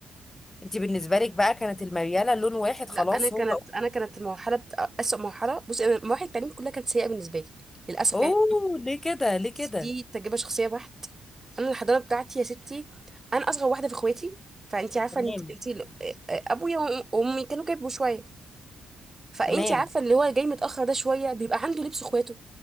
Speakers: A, on the left; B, on the right.
A: انت بالنسبه لك بقى كانت المرياله لون واحد
B: لا
A: خلاص
B: انا كانت
A: هو
B: انا كانت المرحله بت... اسوء مرحله بصي انا مراحل التعليم كلها كانت سيئه بالنسبه لي للاسف
A: اوه
B: يعني
A: ليه كده ليه
B: بس
A: كده
B: دي تجربة شخصية بحت انا الحضانة بتاعتي يا ستي انا اصغر واحدة في اخواتي فانتي عارفة
A: تمام
B: ان انتي ابويا وأم- وامي كانوا كبروا شوية فانتي
A: تمام
B: عارفة اللي هو جاي متأخر ده شوية بيبقى عنده لبس اخواته